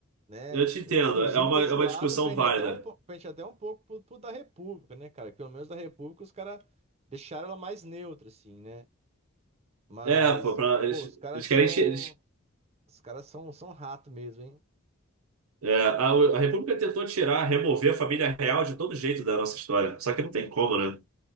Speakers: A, on the right; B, on the right.
A: Né?
B: eu te entendo.
A: E- Inclusive,
B: É uma,
A: desse
B: é uma
A: lado,
B: discussão
A: pende
B: válida.
A: até um, po- pende até um pouco pro, pro da República, né, cara? Que Pelo menos da República os caras deixaram ela mais neutra, assim, né? Mas,
B: É, pô, pra- eles,
A: pô, os caras
B: eles
A: são.
B: querem. ti- eles-
A: Os caras são, são rato mesmo, hein?
B: é, a, a República tentou tirar, remover a família real de todo jeito da nossa história. Só que não tem como, né?